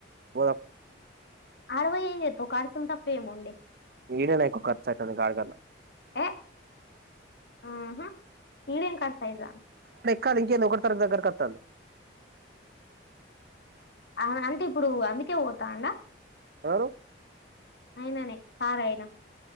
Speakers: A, on the right; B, on the left.
A: పోదాం
B: ఆడవోయ్ ఏం జేత్తొవ్ కార్సిన తప్పేముంది
A: ఈడేనకి ఎక్కువ ఖర్చు అయితది గాడి కన్న
B: ఏ ఆహా ఈడేం కర్చ్ అయిద
A: కాదు ఇంకేంది ఒకటో తారీకు దగ్గరకొత్తాంది
B: అ అంటే ఇప్పుడు అందుకే పోతాండా
A: ఎవరు
B: అయిననే కారయనా